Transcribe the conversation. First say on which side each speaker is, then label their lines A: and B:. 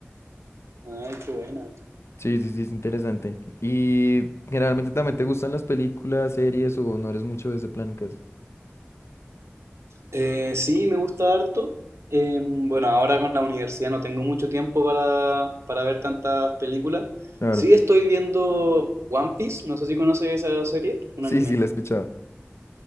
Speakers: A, on the right; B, on the left.
A: Ay, qué buena.
B: Sí, sí, sí, es interesante. ¿Y generalmente también te gustan las películas, series o no eres mucho de ese plan en casa?
A: Eh, sí, me gusta harto. Eh, bueno, ahora con la universidad no tengo mucho tiempo para, para ver tantas películas.
B: Claro.
A: Sí, estoy viendo One Piece, no sé si conoces esa serie, un
B: Sí,
A: anime.
B: sí, la he escuchado.